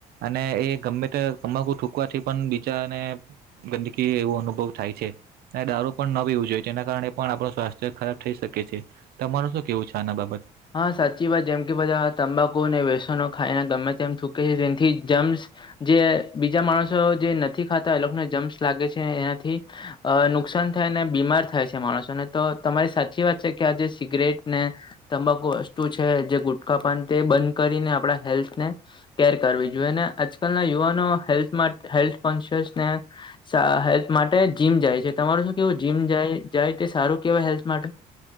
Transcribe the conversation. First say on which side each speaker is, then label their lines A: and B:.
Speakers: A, on the right; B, on the left.
A: અને એ ગમે તે તમાકું થૂકવાથી પણ બીજાને ગંદકી એવો અનુભવ થાય છે અને દારૂ પણ નવી જો તેના કારણે પણ આપણું સ્વાસ્થ્ય ખરાબ થઈ શકે છે તમાર શું કેવું છે આના બાબત
B: હા સાચી વાત જેમ કે બધા તંબાકુ અને વ્યસનો ખાઈને ગમે તેમ થુંકે છે જેથી જેમ જે બીજા માણસો જે નથી ખાતા એ લોકોને જમ્સ લાગે છે એનાથી અ નુકસાન થાય ને બીમાર થાય છે માણસોને તો તમારી સાચી વાત છે કે આજે સિગરેટ ને તમાકુ વસ્તુ છે જે ગુટખા પાન તે બંધ કરીને આપણા હેલ્થ ને કેર કરવી જોઈએ ને આજકાલના યુવાનો હેલ્થ હેલ્થ કોન્શિયસને હેલ્થ માટે જીમ જાય છે તમારું શું કેવું જીમ જાય જાય તે સારું કેવાય હેલ્થ માટે